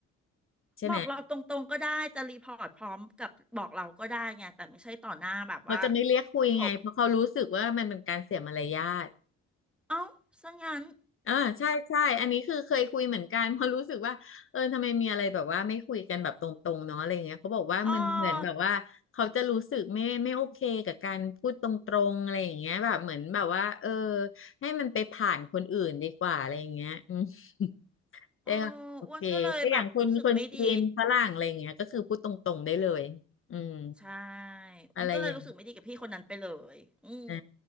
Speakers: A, on the left; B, in the centre.
A: ใช่ไหม
B: บอกเราตรงๆก็ได้จะรีพอร์ตพร้อมกับบอกเราก็ได้ไงแต่ไม่ใช่ต่อหน้าแบบว่า
A: เขาจะไม่เรียกคุยไงเพราะเขารู้สึกว่ามันเป็นการเสียมารยาท
B: จบ เอ้าซะงั้น
A: อ่าใช่ใช่อันนี้คือเคยคุยเหมือนกันเพราะรู้สึกว่าเออทำไมมีอะไรแบบว่าไม่คุยกันแบบตรงๆเนาะอะไรเงี้ยเขาบอกว่ามันเหมือนแบบว่าเขาจะรู้สึกไม่ไม่โอเคกับการพูดตรงๆอะไรอย่างเงี้ยแบบเหมือนแบบว่าเออ
B: อ๋อ
A: ให้มันไปผ่านคนอื่นดีกว่าอะไรอย่างเงี้ยอืม <laughs> ได้ค่ะโอเคแต่อย่างคนคนจีนฝรั่งอะไรอย่างเงี้ยก็คือพูดตรงๆได้เลยอืม
B: อ๋ออ้วนก็เลยแบบรู้สึกไม่ดี ใช่อ้วนก็เลยรู้สึกไม่ดีกับพี่คนนั้นไปเลยอืม
A: อะไรอย่าง อ่